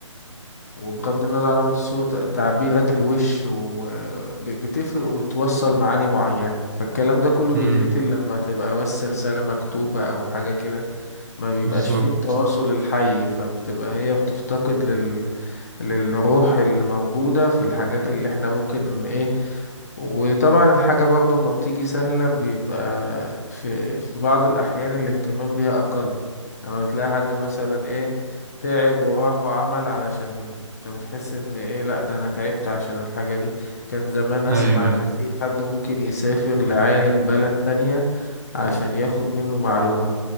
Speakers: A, on the left; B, on the right.
A: وبغض النظر عن الصوت تعبيرات الوش وبتفرق وبتوصل معاني معينة فالكلام ده كله
B: امم
A: بيتقتل لما تبقى بس رسالة مكتوبة أو حاجة كده ما بيبقاش
B: بالظبط
A: فيه التواصل الحي فبتبقى هي بتفتقد للروح اللي موجودة في الحاجات اللي احنا ممكن ايه وطبعا الحاجة برضو ما بتيجي سهلة بيبقى في في بعض الأحيان الاهتمام بيها أقل لما بتلاقي حد مثلا إيه تعب وراح وعمل علشان فبتحس إن إيه لأ ده أنا تعبت عشان الحاجة دي كان زمان أسمع
B: ايوه
A: إن
B: ايوه
A: في حد ممكن يسافر لعالم بلد تانية عشان ياخد منه معلومة